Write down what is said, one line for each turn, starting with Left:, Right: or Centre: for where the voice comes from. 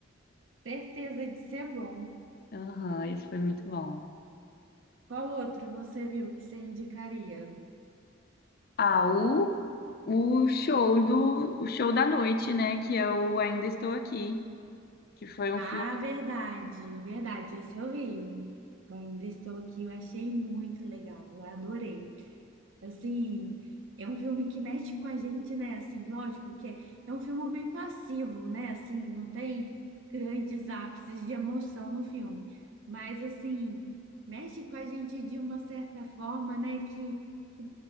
Right: certeza de ser bom.
Left: Aham, isso foi muito bom.
Right: Qual outro você viu que você indicaria?
Left: Ah, o, o show do, o show da noite, né? Que é o Ainda Estou Aqui, que foi um
Right: Ah,
Left: filme.
Right: verdade, verdade, esse eu vi. Eu ainda estou aqui, eu achei muito legal, eu adorei. Assim, é um filme que mexe com a gente, né? Assim, lógico que é, é um filme bem passivo, né? Assim, não tem grandes ápices de emoção no filme, mas assim, mexe com a gente de uma certa forma, né? Que, que